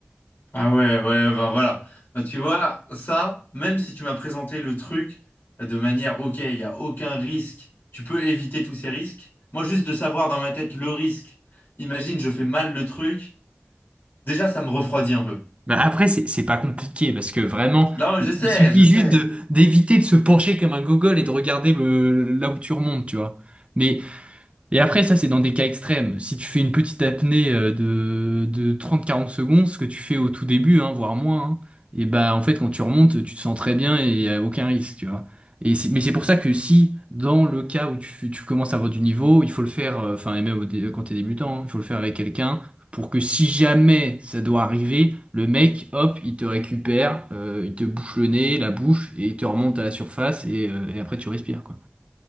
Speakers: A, on the left (about 60°); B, on the right (about 30°).
A: Ah ouais, ouais, ouais, bah voilà. Bah, tu vois, ça, même si tu m'as présenté le truc de manière, ok, il n'y a aucun risque, tu peux éviter tous ces risques. Moi, juste de savoir dans ma tête le risque, imagine, je fais mal le truc, déjà, ça me refroidit un peu.
B: Bah après, c'est c'est pas compliqué parce que vraiment,
A: Non, mais je sais,
B: il suffit
A: je sais.
B: juste de d'éviter de se pencher comme un gogol et de regarder le, là où tu remontes, tu vois. Mais et après, ça, c'est dans des cas extrêmes. Si tu fais une petite apnée euh, de, de 30-40 secondes, ce que tu fais au tout début, hein, voire moins, hein, et bah, en fait, quand tu remontes, tu te sens très bien et y a aucun risque, tu vois. Et c'est- mais c'est pour ça que si, dans le cas où tu, fais- tu commences à avoir du niveau, il faut le faire, euh, enfin, et même au dé- euh, quand t'es débutant, hein, il faut le faire avec quelqu'un pour que si jamais ça doit arriver, le mec, hop, il te récupère, euh, il te bouche le nez, la bouche, et il te remonte à la surface et, euh, et après tu respires, quoi.